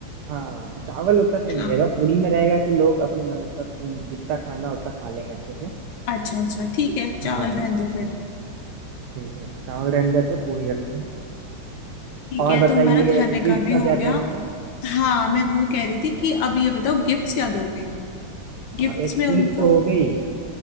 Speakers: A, on the right; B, on the left.
A: हाँ चावल उतना सही
B: हाँ
A: नहीं रहेगा पूड़ी में रहेगा कि लोग अपने मन पर जितना खाना उतना खा लेंगे अच्छे से
B: अच्छा अच्छा ठीक है चावल
A: हाँ
B: रहने
A: ठीक
B: दो फिर
A: है ठीक है, चावल रहने देते हैं पूड़ी रखते हैं
B: ठीक
A: और
B: है
A: बताइए
B: तो हमारा खाने का
A: गिफ्ट
B: भी
A: का
B: हो
A: क्या कह
B: गया
A: रहे थे
B: हाँ मैं वो कह रही थी कि अब ये बताओ गिफ्ट्स क्या दोगे गिफ्ट्स
A: हाँ एक स्पीच
B: में उनको
A: तो हो गई